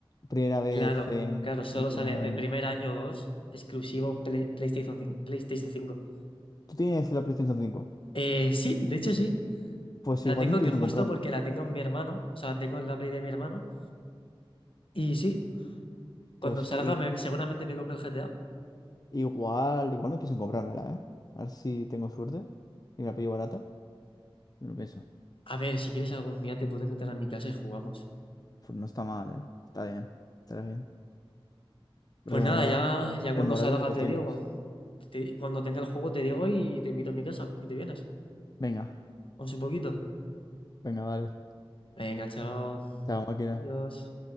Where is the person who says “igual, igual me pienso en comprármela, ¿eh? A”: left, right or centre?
Left